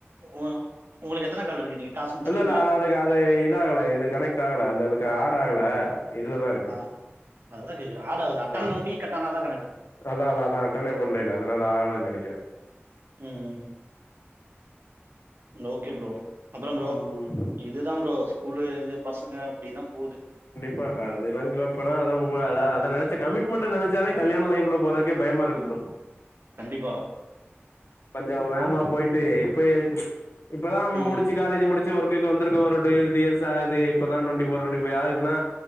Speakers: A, on the right; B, on the left.
A: உ ஒங்களுக்கு எத்தன கால் இருக்கு நீங்க டாஸ்க் முடிச்சுட்டீங்களா?
B: அல்ல இல்ல அது அதுக்கு அது இது ஆகல இது கனெக்ட் ஆகல அந்த அதுக்கு ஆட் ஆகல இதுலதா இருக்கு
A: ஆ அததா கேக்குறே ஆட் ஆவுது அட்டன்
B: ஆ
A: பண்ணி கட்டான தா கணக்கு
B: அதா அதா அட்டனே பண்ல்லேல அதனால ஆகலைன்னு நெனக்குறே
A: உம் ஓகே ப்ரோ அப்பறோம் ப்ரோ
B: ம்
A: இதுதா ப்ரோ ஸ்கூலு இது பசங்க அப்டிதா போது
B: இப்ப அதெல்லா கேப்பேனா அத அத நெனச்ச கமி்மெண்ட நெனச்சாலே கல்யாண லைப் போறதுக்கே பயமா இருக்கு ப்ரோ
A: கண்டிப்பா
B: கொஞ்சோ வேகமா போயிட்டு இப்ப இப்பதா
A: ம்.
B: முடிச்சு காலேஜ் முடிச்சு ஒர்க்குக்கு வந்துருக்கோ ஒரு டூ இயர்ஸ் த்ரீ இயர்ஸ் ஆகுது இப்பதா டுவண்டி வோர் டுவண்டி ஃபை ஆகுதுனா